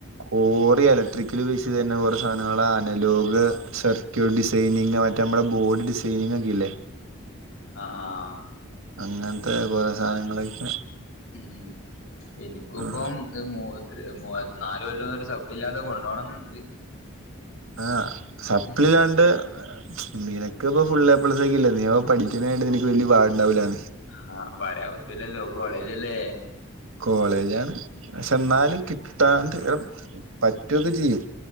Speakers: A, on the right; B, on the left.
A: കോറി ഇലക്ട്രിക്കൽ ബേസി തന്നെ കൊറെേ സാധനങ്ങള് അനലോഗ്
B: ആ
A: സർക്യൂട്ട് ഡിസ് ഡൈനിങ് മറ്റേ നമ്മുടെ ബോഡി ഡിസൈനിങ് ഒക്കെ ഇല്ലേ
B: ആഹ് ആഹ്
A: അങ്ങനത്തെ കൊറെേ സാധനങ്ങളൊക്കെ
B: ഉം ഇനിക്ക്പ്പോ
A: ആഹ്
B: മുവ്മുവായിരത്തിനാല് കൊല്ലം ഒരു സബ് ഇല്ലാതെ കൊണ്ടോണംന്നുണ്ട്
A: ആഹ് സപ്പ്ലലാണ്ട്
B: ഉം
A: നിനക്ക് പ്പൊ ഫുള് എ പ്ലസ്സ ഒക്കല്ലേ നീ പഠിക്കാന്നെഎനിക്ക് വലിയ ബാവടണ്ടാവൂല്ലാണന്ന
B: ആഹ് പറാൻ പറ്റൂലല്ലോ കോളേജല്ലേ
A: കോളേജാണ് പക്ഷെ ന്നാലും കിട്ടാണ്ട്
B: ഉം
A: ഒ പറ്റുക്കെ ചെയ്യും